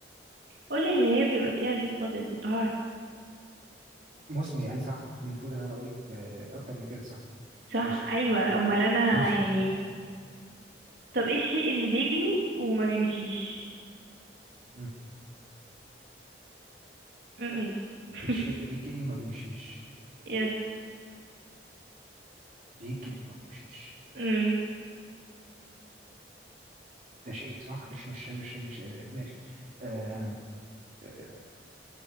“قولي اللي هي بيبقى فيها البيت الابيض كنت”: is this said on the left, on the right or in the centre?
Right